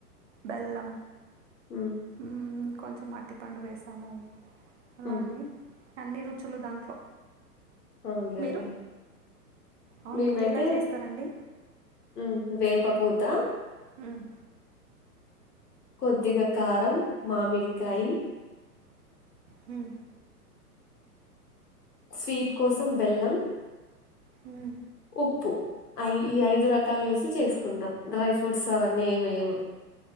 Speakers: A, on the right; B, on the left.
A: బెల్లం
B: ఉం
A: ఊమ్ కొంచెం అర్టిపండు వేసాము అలా
B: ఉమ్.
A: అన్నీ అన్నీ రుచులు దాంట్లో
B: అవునులేండి
A: మీరు అవును
B: మేమైతే
A: మీరు ఎలా చేస్తారండి
B: ఉమ్ వేప పూత
A: హుమ్
B: కొద్దిగ కారం మామిడికాయి
A: హు
B: స్వీట్ కోసం బెల్లం
A: ఉ
B: ఉప్పు అఐ ఈ ఐదు రకాలు ఏసి చేసుకుంటాం డ్రై ఫ్రూట్స్ అవన్నీ ఏమి వెయ్యం